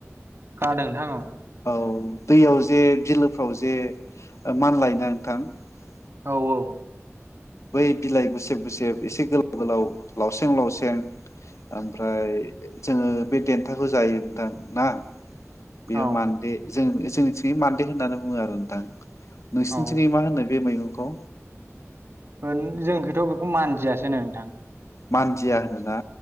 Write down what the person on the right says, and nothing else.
खोनादों नोंथां औ ।
औ औ ।
औ
औ
ओं जोंखैथ' बेखौ मानदियासो होनो नोंथां।